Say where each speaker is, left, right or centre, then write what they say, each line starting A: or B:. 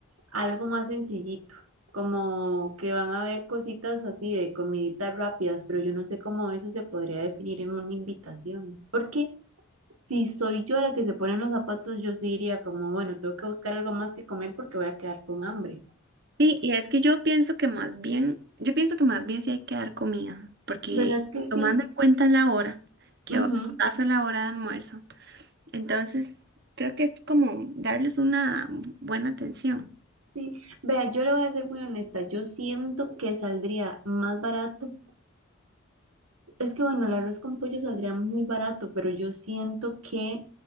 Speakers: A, on the right; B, on the right.
A: algo más sencillito, como que van a haber cositas así de comiditas rápidas, pero yo no sé cómo eso se podría definir en una invitación. Porque si soy yo la que se pone en los zapatos, yo sí diría como, bueno, tengo que buscar algo más que comer porque voy a quedar con hambre.
B: Sí, y es que yo pienso que más bien, yo pienso que más bien sí hay que dar comida, porque
A: ¿Verdad que
B: tomando
A: sí?
B: en cuenta la hora, que
A: Ujú,
B: ahora pasa la hora de almuerzo, entonces creo que es como darles una buena atención.
A: Sí. Vea, yo le voy a ser muy honesta, yo siento que saldría más barato. Es que bueno, el arroz con pollo saldría muy barato, pero yo siento que